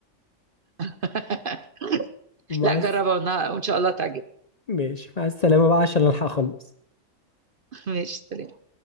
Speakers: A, on the right (about 50°); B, on the left (about 40°).
A: <laughs>
B: مع
A: لا جربها
B: الس-
A: وإنها- وان شاء الله تعجبك
B: ماشي مع السلامة بقى عشان الحق اخلص
A: <laughs> ماشي سلام